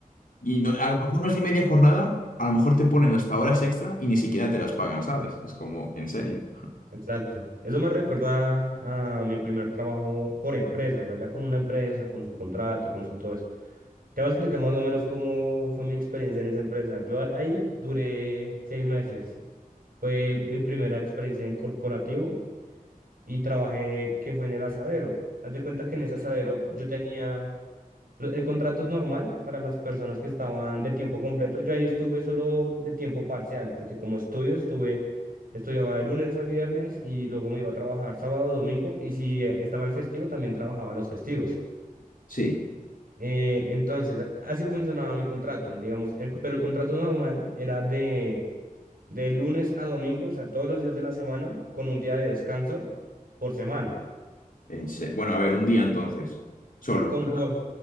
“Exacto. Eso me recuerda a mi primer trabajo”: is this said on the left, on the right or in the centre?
Right